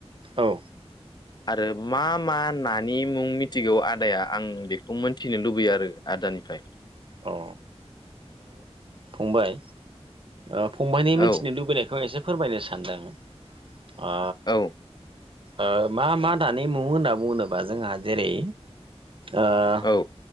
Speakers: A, on the right; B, on the left.
A: औ।
B: आरो मा मा नानि मुं मिथिगौ आदाया आं बेखौ मोनथिनो लुबैयो आरो आदानिफ्राय।
A: अ ओ फंबाय ओ फंबायनि मोनथिनो
B: औ
A: लुबैनायखौ एसे फोरमायनो सानदों ओ
B: औ
A: ओ मा मा दानि मु होनना बुङोबा जोंहा जेरै ओह
B: औ